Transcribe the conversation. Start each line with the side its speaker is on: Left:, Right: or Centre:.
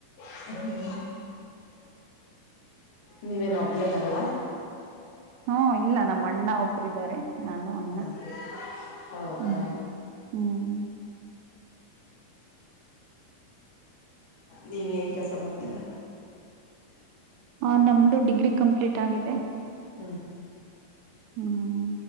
Left: ಹ್ಮ ನೀವೇನ ಒಬ್ಳೆ ಮಗಳ
Right: ಹ್ಮ ಇಲ್ಲ ನಮ್ಮ ಅಣ್ಣ ಒಬ್ಬರ ಇದ್ದಾರೆ. ನಾನು ಅಣ್ಣ
Left: ಹ ಹೌದಾ
Right: ಹ್ಮ್ ಹ್ಮ್.
Left: ನೀವೇನ್ ಕೆಸ ಮಾಡತ್ತೀರಾ.
Right: ಆ ನಮ್ದು ಡಿಗ್ರಿ ಕಂಪ್ಲೀಟ್ ಆಗಿದೆ.
Left: ಹ್ಮ.
Right: ಹ್ಮ